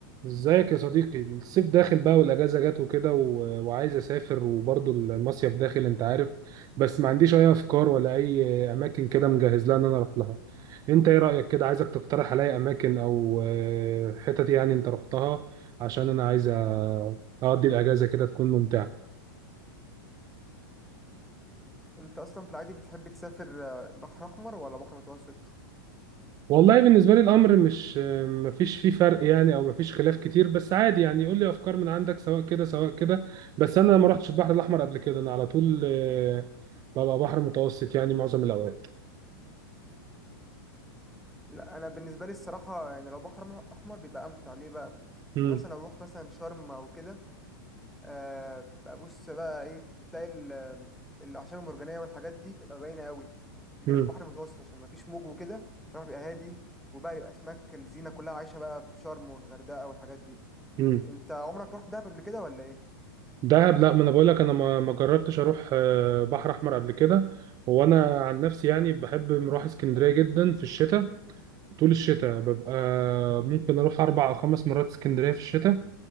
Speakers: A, on the right; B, in the centre.
A: ازيك يا صديقي الصيف داخل بقى والاجازه جت وكده و- وعايز اسافر وبرضه المصيف داخل انت عارف بس ما عنديش اي افكار ولا اي اماكن كده مجهز لها ان انا اروح لها انت ايه رايك كده عايزك تقترح عليا اماكن او آه، حتت يعني انت رحتها عشان انا عايز أ- اقضي الاجازه كده تكون ممتعه
B: انت اصلا في العادي بتحب تسافر آه، بحر احمر ولا بحر متوسط
A: والله بالنسبة لي الأمر مش مفيش فيه فرق يعني أو مفيش خلاف كتير بس عادي يعني يقول لي أفكار من عندك سواء كده سواء كده بس أنا ما رحتش البحر الأحمر قبل كده أنا على طول آه، ببقى بحر متوسط يعني معظم الأوقات
B: لا انا بالنسبه لي الصراحه يعني لو بحر احمر بيبقى امتع ليه بقى
A: مم.
B: يعني مثلا لو رحت مثلا شرم او كده آه بقى بص بقى ايه بتلاقي ال- آه، الاعشاب المرجانيه والحاجات دي تبقى باينه قوي غير
A: مم.
B: البحر المتوسط عشان ما فيش موج وكده فالبحر بيبقى هادي وبقى يبقى اسماك الزينه كلها عايشه بقى في شرم والغردقه والحاجات دي
A: مم.
B: انت عمرك رحت دهب قبل كده ولا ايه
A: دهب لا ما أنا بقول لك أنا ما ما جربتش أروح آه، بحر أحمر قبل كده وأنا عن نفسي يعني بحب أروح اسكندرية جدا في الشتاء طول الشتاء ببقى ممكن أروح أربع أو خمس مرات اسكندرية في الشتاء